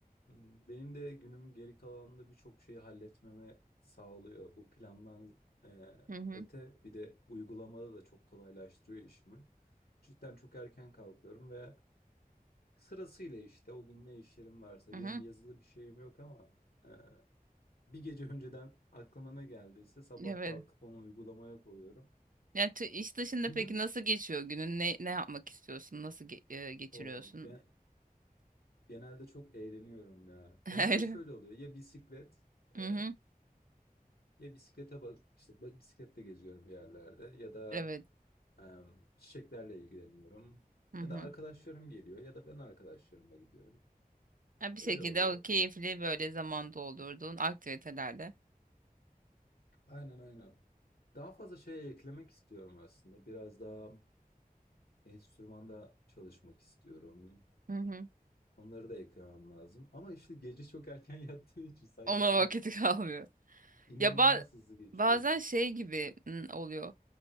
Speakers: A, on the left; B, on the right.
A: hmm, benim de günüm geri kalanında birçok şeyi halletmeme sağlıyor. Bu plandan e,
B: Hı hı.
A: öte bir de uygulamada da çok kolaylaştırıyor işimi. Cidden çok erken kalkıyorum ve sırasıyla işte o gün ne işlerim varsa
B: Hı hı.
A: benim yazılı bir şeyim yok ama e, bir gece önceden aklıma ne geldiyse sabah
B: Evet.
A: kalkıp onu uygulamaya koyuyorum.
B: Yani tü- iş dışında
A: Günün
B: peki nasıl geçiyor günün? Ne ne yapmak istiyorsun? Nasıl ge- e, geçiriyorsun?
A: o yani Genelde çok eğleniyorum ya.
B: <laughs>
A: Genelde
B: Öyle.
A: şöyle oluyor. Ya bisiklet,
B: Hı
A: e,
B: hı.
A: ya bisiklete bak işte ba- bisikletle geziyorum bir yerlerde ya da
B: Evet.
A: e, çiçeklerle ilgileniyorum.
B: Hı hı.
A: Ya da arkadaşlarım geliyor ya da ben arkadaşlarıma gidiyorum.
B: Ha, bir şekilde
A: Öyle oluyor.
B: o keyifli böyle zaman doldurduğun aktivitelerle.
A: Aynen aynen. Daha fazla şey eklemek istiyorum aslında. Biraz daha enstrümanda çalışmak istiyorum.
B: Hı hı.
A: Onları da eklemem lazım. Ama işte gece çok erken <laughs> yattığı için sanki
B: Ona
A: gün
B: vakit <laughs> kalmıyor.
A: inanılmaz
B: Ya ba-
A: hızlı geçiyor.
B: bazen şey gibi mm, oluyor.